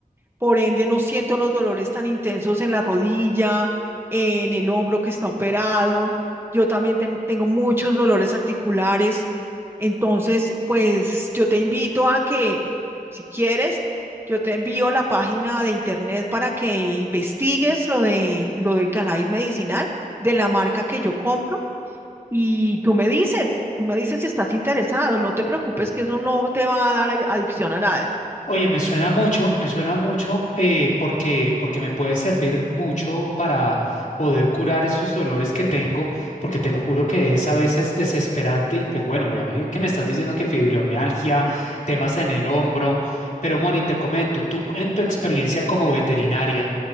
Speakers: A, on the right; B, on the left.
A: por ende, no siento los dolores tan intensos en la rodilla, en el hombro que está operado. Yo también ten- tengo muchos dolores articulares. Entonces, pues yo te invito a que, si quieres, yo te envío la página de internet para que investigues lo de lo del cannabis medicinal de la marca que yo compro y tú me dices, tú me dices si estás interesado. No te preocupes que eso no te va a dar adicción a nada.
B: Oye, me suena mucho, me suena mucho eh, porque, porque me puede servir mucho para poder curar esos dolores que tengo, porque te lo juro que es a veces desesperante y pues bueno, ya me- que me estás diciendo que fibromialgia, temas en el hombro, pero Moni, te comento, tú en tu experiencia como veterinaria,